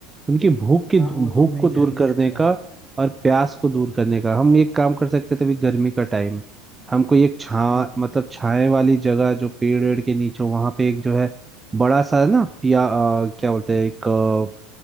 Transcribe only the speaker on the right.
उनकी भूख की
भूख
को दूर
करने
का और प्यास को दूर करने का हम एक काम कर सकते थे अभी गर्मी का टाइम हम कोई एक छा
मतलब छाए वाली जगह जो पेड़ वेड़ के नीचे वहां पे एक जो है बड़ा सा ना पिया अ, क्या बोलते हैं एक अ,